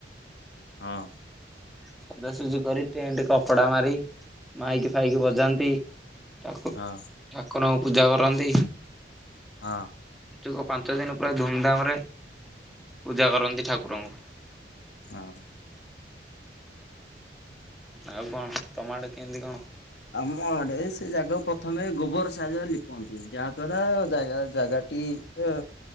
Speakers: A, on the left (about 75°); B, in the centre.
A: ହଁ।
B: ସଜାସଜି କରି ଟେଣ୍ଟ କପଡା ମାରି ମାଇକି ଫାଇକି ବଜାନ୍ତି। ଠାକୁ
A: ହଁ
B: ଠାକୁରଙ୍କୁ ପୂଜା କରନ୍ତି।
A: ହଁ।
B: ପଞ୍ଚୁକ ପାଞ୍ଚ ଦିନ ପୁରା ଧୁମ୍ ଧାମ୍ ରେ ପୂଜା କରନ୍ତି ଠାକୁରଙ୍କୁ।
A: ହଁ।
B: ଆଉ କଣ? ତମଆଡେ କେମିତି କଣ?
A: ଆମ ଅଡେ ସେ ଜାଗା ପ୍ରଥମେ ଗୋବର ସାହାଯ୍ୟରେ ଲିପନ୍ତି ଯାହାଦ୍ଵାରା ଜାଗା ଜାଗାଟି ଏ